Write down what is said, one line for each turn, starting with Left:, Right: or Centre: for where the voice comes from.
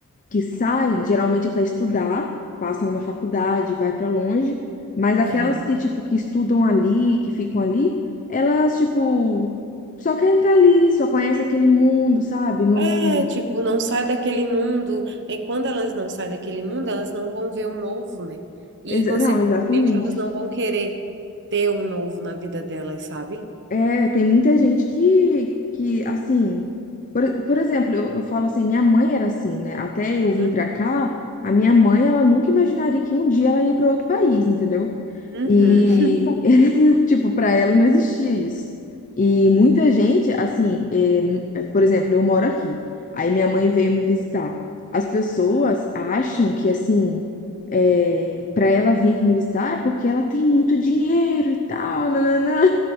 Left: que saem, geralmente é para estudar, passam numa faculdade, vai para longe, mas
Right: aham.
Left: aquelas que, tipo, que estudam ali, que ficam ali, elas, tipo, só querem estar ali, só conhecem aquele mundo, sabe? Não,
Right: É, tipo, não sai daquele mundo. E quando elas não saem daquele mundo, elas não vão ver o novo, né? E,
Left: exa-
Right: consequentemente,
Left: não, exatamente.
Right: elas não vão querer ter o novo na vida delas, sabe?
Left: É, tem muita gente que, que assim, por, por exemplo, eu, eu falo assim, minha mãe era assim, né? Até eu vim
Right: Uhum.
Left: pra cá, a minha mãe, ela nunca imaginaria que um dia ela ia para outro país, entendeu?
Right: Uhum.
Left: E,
Right: <laughs>
Left: <laughs> tipo, pra ela não existia isso. E muita gente, assim, é, mu- é, por exemplo, eu moro aqui, aí minha mãe veio me visitar. As pessoas acham que, assim, é, para ela vir aqui me visitar é porque ela tem muito dinheiro e tal, nananã.